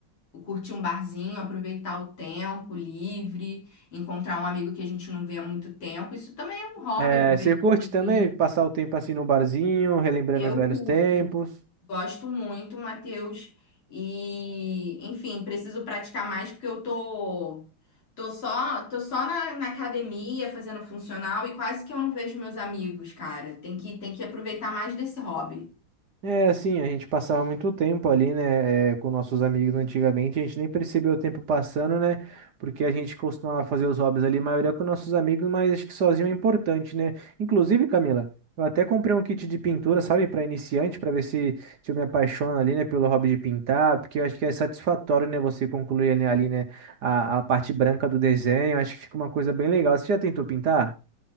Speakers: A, on the left (about 85°); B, on the right (about 55°).
A: o, curtir um barzinho, aproveitar o tempo livre, encontrar um amigo que a gente não vê há muito tempo. Isso também é um hobby,
B: É,
A: aproveitar
B: você curte
A: o tempo
B: também
A: livre.
B: passar o tempo assim no barzinho, relembrando
A: Eu
B: os velhos
A: curto,
B: tempos?
A: gosto muito, Matheus. E, enfim, preciso praticar mais porque eu tô tô só tô só na, na academia fazendo funcional e quase que eu não vejo meus amigos, cara. Tem que tem que aproveitar mais desse hobby.
B: É, assim, a gente passava muito tempo ali, né, é, com nossos amigos antigamente, a gente nem percebeu o tempo passando, né, porque a gente costumava fazer os hobbies ali, maioria com nossos amigos, mas acho que sozinho é importante, né. Inclusive, Camila, eu até comprei um kit de pintura, sabe, para iniciante, para ver se, se eu me apaixono ali, né, pelo hobby de pintar, porque eu acho que é satisfatório, né, você concluir né, ali, né, a, a parte branca do desenho, acho que fica uma coisa bem legal. Você já tentou pintar?